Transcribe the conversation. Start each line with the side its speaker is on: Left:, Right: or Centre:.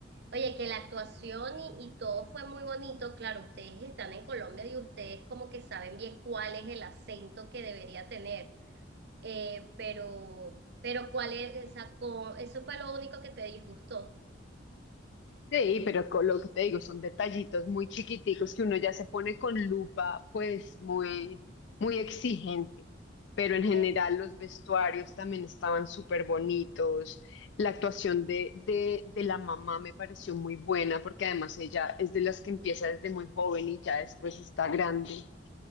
Right: oye, que la actuación y, y todo fue muy bonito. Claro, ustedes están en Colombia y ustedes como que saben bien cuál es el acento que debería tener, eh, pero, pero cuál es, o sea, co- eso fue lo único que te disgustó.
Left: Sí, pero con lo que te digo, son detallitos muy chiquiticos que uno ya se pone con lupa, pues muy, muy exigente. Pero en general
Right: Exacto,
Left: los vestuarios también estaban súper bonitos. La actuación de, de, de la mamá me pareció muy buena porque además ella es de las que empieza desde muy joven y ya después está grande.